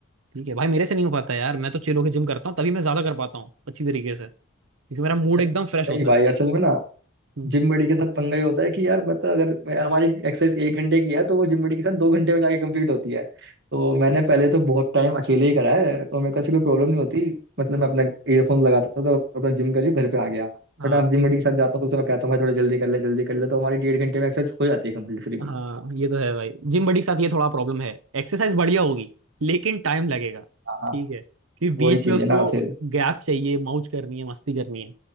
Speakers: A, on the right (about 80°); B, on the right (about 55°).
A: ठीक है भाई मेरे से नहीं हो पाता यार मैं तो चिल होके जिम करता हूँ तभी मैं ज्यादा कर पाता हूँ अच्छी तरीके से क्योंकि मेरा मूड
B: अच्छा
A: एकदम फ्रेश
B: नहीं
A: होता
B: भाई
A: है
B: असल में ना
A: हम्म,
B: जिम बड़ी के साथ पंगा ये होता है कि यार बता अगर मैं- हमारी एक्सरसाइज एक घंटे की है तो वो जिम बड़ी के साथ दो घंटे में जाके कंप्लीट होती है तो मैंने पहले तो बहुत टाइम अकेले ही करा है और मेरे को ऐसी कोई प्रॉब्लम नहीं होती मतलब मैं अपना ईयरफोन लगाता था तो अपना जिम कर लिया घर पे आ गया
A: हाँ
B: बट आप जिम बड़ी के साथ जाता हूँ तो उसे मैं कहता हूँ भाई थोड़ा जल्दी कर ले जल्दी कर ले तो हमारी डेढ़ घंटे में एक्सरसाइज हो जाती है कंप्लीट फिर भी
A: हाँ ये तो है भाई जिम बड़ी के साथ ये थोड़ा प्रॉब्लम है एक्सरसाइज बढ़िया होगी लेकिन टाइम लगेगा
B: हाँ हाँ
A: ठीक है क्योंकि बीच
B: वही चीज़
A: में उसको
B: है ना फिर
A: गैप चाहिए मौज करनी है मस्ती करनी है